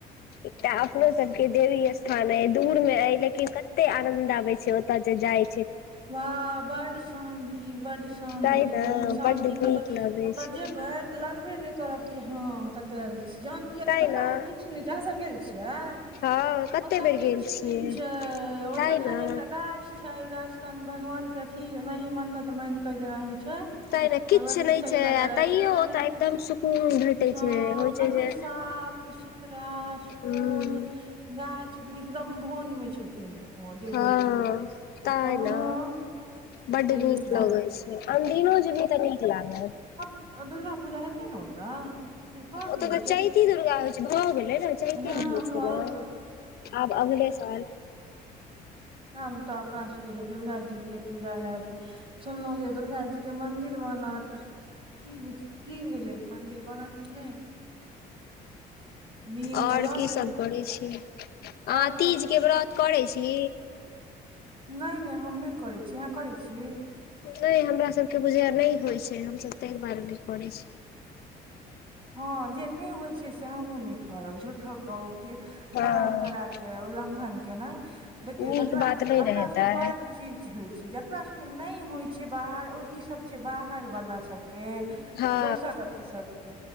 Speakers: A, on the left; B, on the right.
A: एकटा अपने सब के देवी स्थान अय दूर में अय लेकिन कत्ते आनंद आबय छै ओतऽ जे जाय
B: वाह बड्ड शांति बड्डश- शांति।
A: तैं ने
B: ओहन शांति
A: बड नीक
B: कत्तौ।
A: लगै
B: ओतऽ
A: छै
B: जेबय लगबे नय करत कि हँ कत्त ऐल छी? जहन कि एतऽ
A: तैं
B: पता
A: ने
B: अय किछ्छ नय छय। अहाँ सब गेल छियै?
A: हँ कते
B: ओतऽकिछ
A: बेर गेल
B: दिन
A: छियै
B: छय, ओतऽ
A: तैं
B: खाली
A: ने
B: एकटा गाछ छै गाछ तरमे भगवान के अथी महि मन्नत मैंग एत्त जना होइ छै।
A: तैं ने
B: भगवत्ती
A: किछ नहि
B: सब जना गड़ाइ
A: आ तैयो
B: छै तेनाही
A: ओतऽ एकदम सुकून भेटै
B: हँ-कत्ते
A: छै होइ छै जे
B: साफ, सुथरा, सुकून
A: हूँ
B: गाछ, वृक्ष एकदम बन मे छथिन। ओ देवी
A: हँ-
B: जी आ
A: तैं
B: तहन
A: ने बड्ड
B: कते
A: नीक
B: लागैत
A: लगै छै। अनदिनो जेभी तऽ नीक लागत।
B: ओ दुर्गा पूजा हेतैय ने ओतऽ? कि भऽ
A: ओत
B: गेलै
A: तऽ चैती दुर्गा होइ छै, भऽ गेलै ने, चैतेमे
B: हँ
A: होइ
B: भऽ
A: छै ने। आब अगले साल
B: हम तऽ अपना सबके हे दुर्गा जी के पूजा हैत। सुनलहुँ जे दुर्गा जी के मन्दिर बनत। की विच-? की भेलै? मंन्दिर बनत की नय? नीव
A: और
B: तऽ लऽ
A: की
B: लेल
A: सब करै छी?
B: आओर
A: आं तीज
B: सब ठीक
A: के व्रत करै छी?
B: नै- नै हम नय करै छी। अहाँ करै छी?
A: नय हमरा सभके बुझयै नय होइ छै। हमसभ तैं दुआरे नय करैय छी।
B: हँ जे नय होइ छै से हमहूँ नय करब झूठ्ठो के ओ की
A: हँ
B: परम्परा के उल्लंघन केनाय। देखियौ जेकरा
A: नीक बात
B: सभके,
A: नहि
B: अपना
A: ने हेतै
B: सभके बड चीज जे होय छै, जेकरा सबके नै होइ छै बाहर, ओ ई सब छै बाहर वाला सभ के,
A: हँ
B: दोसर अथी सभके,